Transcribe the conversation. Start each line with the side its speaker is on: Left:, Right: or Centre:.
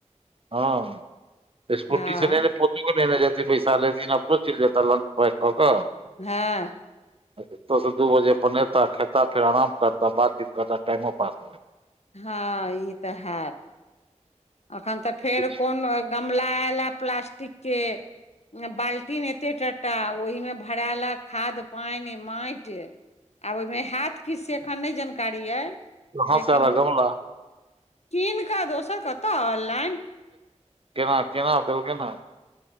Right: हँ स्कूटी
Left: हँ
Right: से नहि ने पच नहि जे पैसा लथि न पो चिल जेतता लंच पैकक कऽ
Left: हँ
Right: ओतयसँ दू बजेनेताह खेताह फेर आराम करताह बातचीत करताह टाइमो पास हो जेतह
Left: हँ ई तऽ हैत अखन तऽ फेर
Right: जेतै
Left: कोन गमला एयला प्लास्टिक के बाल्टीन एते टटा ओहिमे भरालक खाद पानि माटि आब ओहिमे हैत कि से एखन नहि जानकारी अइ लेकिन
Right: हँस वाला गमला
Left: कीन कऽ दोसर कतय ऑनलाइन
Right: केना केना देल केना